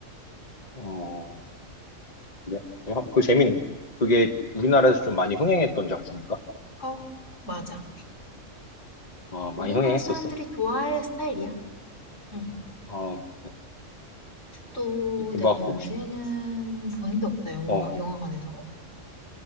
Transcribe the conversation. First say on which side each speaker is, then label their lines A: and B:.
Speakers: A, on the left (about 30°); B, on the left (about 70°).
A: 어, 그래? 내가 그거 재밌네. 그게 우리나라에서 좀 많이 흥행했던 작품인가?
B: 어 맞아.
A: 아, 많이
B: 우리나라
A: 흥행했었어.
B: 사람들이 좋아할 스타일이야. 응.
A: 아, 그래.
B: 딱또
A: 이게
B: 내가
A: 막
B: 요새는
A: 혹시,
B: 본 게 없다, 영화
A: 어,
B: 영화관에서.